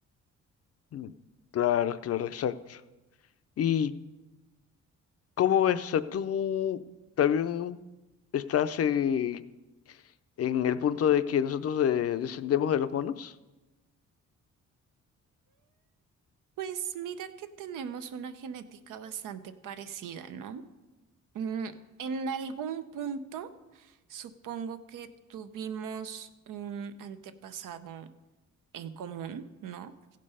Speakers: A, on the left; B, on the right.
A: Mm, Claro, claro, exacto. ¿Y cómo ves? O sea, tú también estás eh, en el punto de que nosotros eh, descendemos de los monos.
B: Pues mira que tenemos una genética bastante parecida, ¿no? Mm, en algún punto supongo que tuvimos un antepasado en común, ¿no?